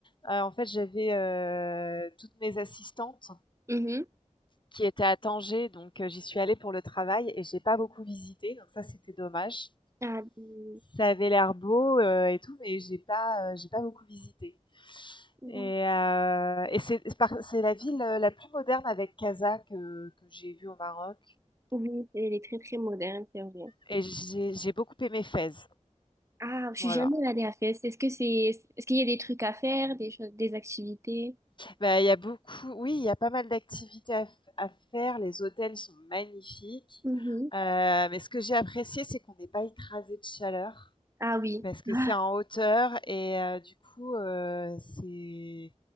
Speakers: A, on the left; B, on the right.
A: heu, en fait, j'avais, heu, toutes mes assistantes
B: Mhm.
A: qui était à Tanger, donc euh, j'y suis allée pour le travail et j'ai pas beaucoup visité, donc ça c'était dommage.
B: Ah, euh,
A: Ça avait l'air beau euh, et tout, mais j'ai pas, euh, j'ai pas beaucoup visité.
B: d'accord.
A: Et, euh, et c'est c'est par- c'est la ville euh, la plus moderne avec Casa que, que j'ai vue au Maroc.
B: oui, elle est très très moderne, c'est vrai.
A: Et j'ai j'ai beaucoup aimé Fès.
B: Ah, je suis
A: Voilà.
B: jamais allée à Fès. Est-ce que c'est, est-ce qu'il y a des trucs à faire, des choses, des activités?
A: Bah, il y a beaucoup, oui, il y a pas mal d'activités à, f- à faire. Les hôtels sont magnifiques.
B: Mhm.
A: Euh, mais ce que j'ai apprécié, c'est qu'on n'est pas écrasé de chaleur.
B: Ah oui.
A: Parce que c'est
B: Ah.
A: en hauteur et heu, du coup, heu, c'est